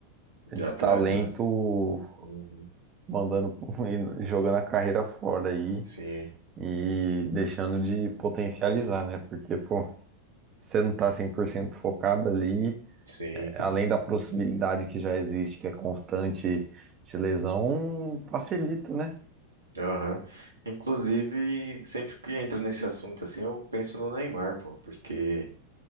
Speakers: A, on the right; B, on the right.
A: de
B: de
A: atleta,
B: talento
A: né? Uhum.
B: mandando pro- <laughs> e jogando a carreira fora aí
A: Sim,
B: e deixando de potencializar, né? Porque, pô, você não tá 100% focado ali,
A: sim, sim.
B: além da possibilidade que já existe, que é constante de lesão, facilita, né?
A: Aham. Inclusive, sempre que entra nesse assunto assim, eu penso no Neymar, pô, porque